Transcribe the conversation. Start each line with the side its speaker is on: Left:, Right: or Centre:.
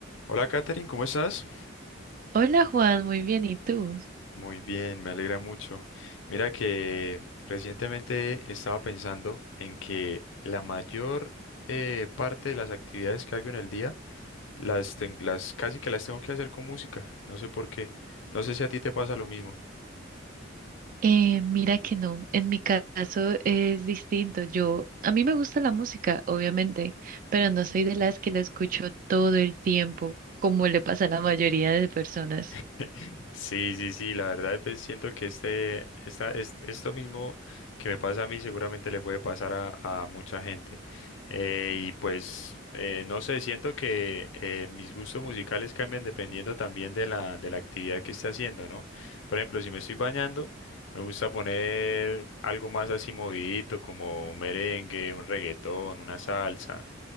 Left: Hola Katherine, ¿cómo estás?
Right: Hola Juan, muy bien, ¿y tú?
Left: Muy bien, me alegra mucho. Mira que recientemente estaba pensando en que la mayor eh, parte de las actividades que hago en el día las, ten- las casi que las tengo que hacer con música. No sé por qué. No sé si a ti te pasa lo mismo.
Right: Eh, mira que no, en mi caso es distinto. Yo, a mí me gusta la música, obviamente, pero no soy de las que la escucho todo el tiempo, como le pasa a la mayoría de personas,
Left: <laughs> Sí, sí, sí, la verdad, pues siento que este, esta, es- esto mismo que me pasa a mí seguramente le puede pasar a, a mucha gente. Eh, y pues, eh, no sé, siento que eh, mis gustos musicales cambian dependiendo también de la, de la actividad que esté haciendo, ¿no? Por ejemplo, si me estoy bañando, me gusta poner algo más así movidito, como un merengue, un reggaetón, una salsa.